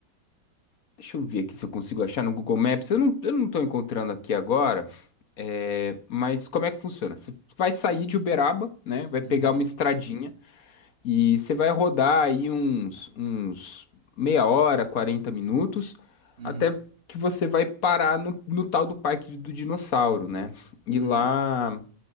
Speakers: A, on the left (about 55°); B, on the right (about 45°).
A: deixa eu ver aqui se eu consigo achar no Google Maps. Eu não, eu não tô encontrando aqui agora, é, mas como é que funciona? Você vai sair de Uberaba, né? Vai
B: Uhum,
A: pegar uma estradinha. E você vai rodar aí uns, uns meia hora, 40 minutos,
B: uhum,
A: até que você vai parar no, no tal do Parque do Dinossauro, né? E
B: uhum,
A: lá,